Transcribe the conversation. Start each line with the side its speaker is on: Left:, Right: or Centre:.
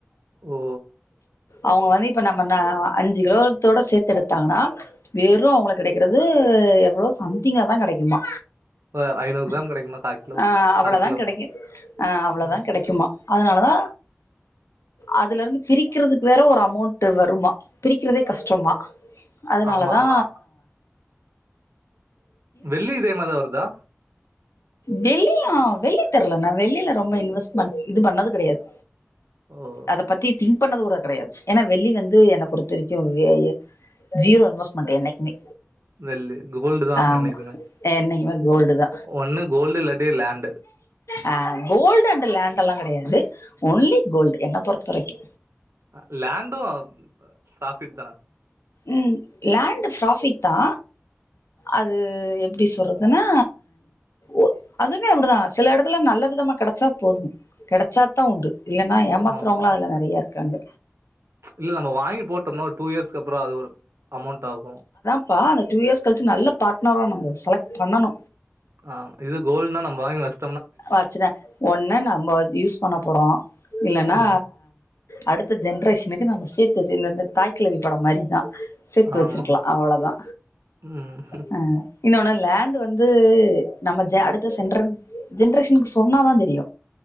Right: ஓ
Left: அவுங்க வந்து இப்ப நம்ம இந்த அஞ்சு கிலோத்தோட சேத்து எடுத்தாங்கனா வெறு அவங்களுக்கு கெடைக்கறது இது எவ்ளோ சம்திங்காதா கெடைக்குமா
Right: அஹ் ஐநூறு கிராம்
Left: அ
Right: கெடைக்குமா கா கிலோ
Left: ஆ ஆ அவ்வளதா
Right: அர கிலோ
Left: கெடைக்கு ஆ அவ்வளதா
Right: ம்
Left: கெடைக்குமா அதனாலதா அதுல இருந்து பிரிக்கிறதுக்கு வேற ஒரு அமௌண்ட் வருமா பிரிக்கிறதே கஷ்டமா அதனாலதா
Right: ஆமாங்கா வெள்ளி இதே மாரிதா வருதா?
Left: வெள்ளியு வெள்ளி தெர்ல நா வெள்ளில ரொம்ப இன்வெஸ்ட்மென்ட் இது பண்ணது கெடையாது
Right: ஓ
Left: அத பத்தி திங் க் பண்ணது கூட கெடையாது. ஏன்னா வெள்ளி வந்து என்ன பொறுத்தவரைக்கு வே ஜீரோ இன்வெஸ்ட்மென்ட்டு என்னைக்குமே
Right: வெள்ளி கோல்டுதா
Left: ஆமா
Right: என்னைக்குமே
Left: என்னைக்குமே கோல்டு தா
Right: ஒண்ணு கோல்டு இல்லாட்டி லேண்டு
Left: ஆ கோல்டு அண்ட் லேண்ட் எல்லா கெடையாது ஒன்லி கோல்டு என்ன பொறுத்தவரைக்கு
Right: அ லேண்டு பிராஃபிட்தான
Left: ம் லேண்டு ப்ராஃபிட்தா அது எப்டி சொல்றதுன்னா ஒ அதுமே அப்பிடிதா சில எடத்துல நல்ல விதமா கெடைச்சா போது கெடைச்சாத்தா உண்டு இல்லன்னா ஏமாத்துறவங்களு
Right: ஆமா
Left: அதுல நெறைய இரு க்காங்க
Right: இல்ல நம்ம வாங்கி போட்டோம்னா ஒரு டூ இயர்ஸ்க்கு அப்புறோ அது ஒரு அமௌண்ட் ஆகு
Left: ப்பா அந்த டூ இயர்ஸ் கழிச்சு நல்ல பார்ட்னரா நம்ப செலக்ட் பண்ணனு
Right: ஆமா இது கோல்டுனா நம்ம வாங்கி வச்
Left: வச்சுட்டா ஒன்னு நம்ப யூஸ் பண்ண போறோ இல்லனா
Right: ம்
Left: அடுத்த ஜென்ரேஷனுக்கு நம்ம சேத்து வெச்சு இந்த இந்த தாய்கெழவி படோ மாரிதா சேத்து
Right: ஆமா
Left: வச்சுருக்கலா அவ்வளவுதா
Right: ம்
Left: ஆ இன்னொன்னு லேண்டு வந்து நம்ம ஜ அடுத்த சென்ட்ரன் ஜென்ரேஷனுக்கு சொன்னாதா தெரியு